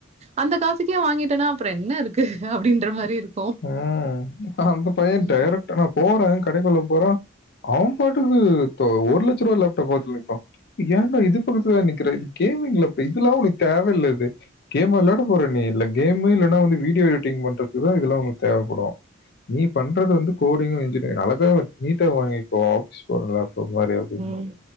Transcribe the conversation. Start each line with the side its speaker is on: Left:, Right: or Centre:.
Right: அந்த காசுக்கே வாங்கிட்டனா அப்றோ என்ன இருக்கு அப்டின்ற மாரி இருக்
Left: ம் ஆனா அந்த பய்யே
Right: ம்
Left: டைரக்டா நா போற கடைக்குள்ள போற அவ பாட்டுக்குனு தோ ஒரு லட்ச ரூவா லேப்டாப் பாத்துனுருன்க்கா ஏண்டா இது பக்கத்துல நிக்கிற இது கேமிங்லேப் இதெல்லா ஒனக்கு தேவல்ல இது கேமா வெளாட போறே நீ இல்ல கேம் இல்லன்னா வந்து வீடியோ எடிட்ங் பண்றதுக்குதா இதெல்லா உனுக் தேவப்படு நீ பண்றது வந்து கோடிங்கு இன்ஜினியரிங் அழகா நீட்டாக வாங்கிக்கோ ஆபீஸ் போற லேப் மாரி அப்டின்னு
Right: ம்